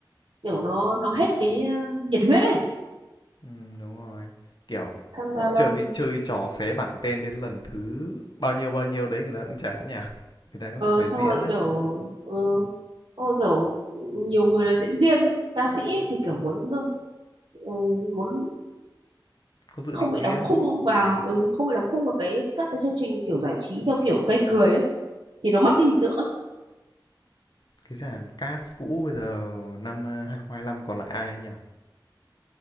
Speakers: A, on the right (about 80°); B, on the left (about 60°).
A: kiểu nó nó hết cái ờ, nhiệt huyết ấy
B: Ừm, đúng rồi. Kiểu
A: tham gia lâu
B: chơi chơi trò xé bảng tên đến lần thứ bao nhiêu bao nhiêu đấy người ta cũng chán nhỉ? Người ta cũng
A: Ờ,
B: sẽ phải
A: xong
B: diễn
A: rồi
B: đấy,
A: kiểu ờ, xong rồi kiểu nhiều người là diễn viên ấy ca sĩ ấy, thì kiểu muốn ờ, ừ, muốn
B: có dự
A: không
B: định
A: bị
B: riêng.
A: đóng khung vào ừ, không bị đóng khung vào cái các cái chương trình kiểu giải trí theo kiểu gây cười ấy thì nó mất cái hình tượng á
B: Cái dàn cast cũ bây giờ năm ờ, 2025 còn lại ai ấy nhỉ?